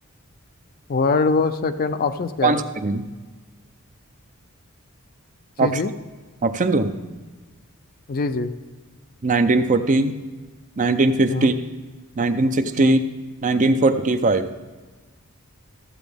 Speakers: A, on the left (about 40°); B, on the right (about 35°).
A: वर्ल्ड वॉर सेकेंड ऑप्शंस क्या
B: कौन
A: है
B: सा दिन
A: जी
B: ऑप्शन
A: जी
B: ऑप्शन दो
A: जी जी
B: 1940 1950
A: हम्म
B: 1960
A: हम्म
B: 1945